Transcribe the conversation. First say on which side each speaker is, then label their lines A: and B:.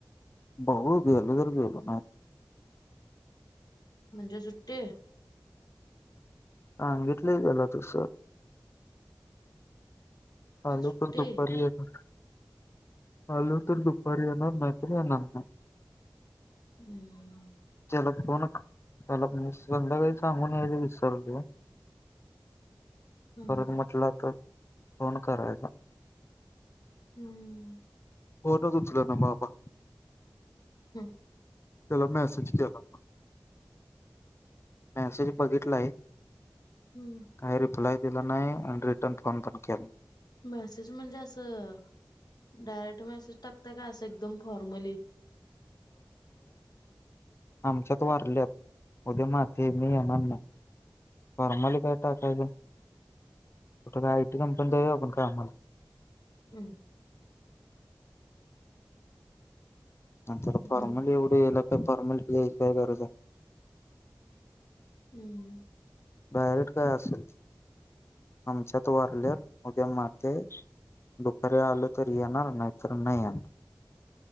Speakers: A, on the left (about 35°); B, on the left (about 60°).
A: बगु गेलो तरर गेलो ना
B: म्हणजे सुट्टे
A: हां घितलं गेल तुस आलो
B: सुट्टी
A: तर दुपारी आहे ना आलो तर दुपारी येणार नाहीैत्री येणार नाय
B: हम्
A: चल कोनक त्याला म संध्याकाळी सांगून यायच विसरल
B: हम्म
A: परत म्हटलं तर फोन कराला
B: हम्म
A: फोनच उचलण बाबा
B: हम्
A: तेला मॅसेज केला मेसेज बघितला आहे
B: हम्म
A: काय रिप्लाय दिला नाही आणि रिटर्न फोन पण केला नाय
B: मेसेज म्हणजे असं डायरेक्ट मेसेज टाकताय का असं एकदम फॉर्मली
A: आमच्यात वारल्यात उद्या माती आहे मी येणार नाही फॉर्मली काय टाकायचं कुठं कायटी कंपनी आहे वय आपण कामला
B: हम्
A: नंतर फॉर्मल
B: हम्म
A: एवढे याला फॉर्मली यायची काय काय गरज आहे
B: हम्म
A: डायरेक्ट काय असेल आमच्यात वारल्यात उद्या माथे दुपारीे आल तर मी येणार नाहीतर नाही एणार